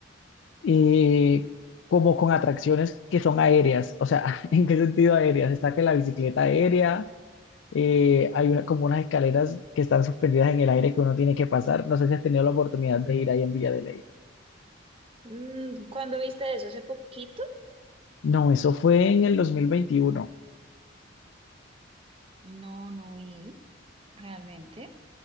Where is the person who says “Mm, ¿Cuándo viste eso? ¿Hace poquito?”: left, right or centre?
Right